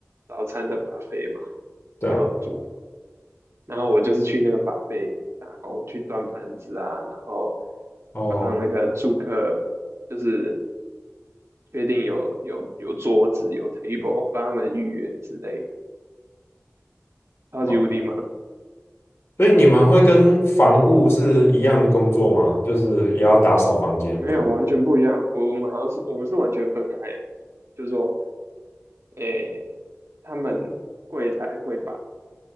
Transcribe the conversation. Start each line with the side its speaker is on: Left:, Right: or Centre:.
Right: 早餐的 buffet 嘛，
Left: 对啊，
Right: 有煮。然后我就是去那个 buffet 打工，去端盘子啊，然后
Left: 哦
Right: 帮那个住客，就是确定有有有桌子有 table，帮他们预约之类的，超级无敌忙。
Left: 哦，所以你们会跟房务是一样的工作吗？就是也要打扫房间，
Right: 没有，
Left: 不？
Right: 完全不一样。我我们好像是我们是完全分开两体，就是说，诶，他们。柜台会把。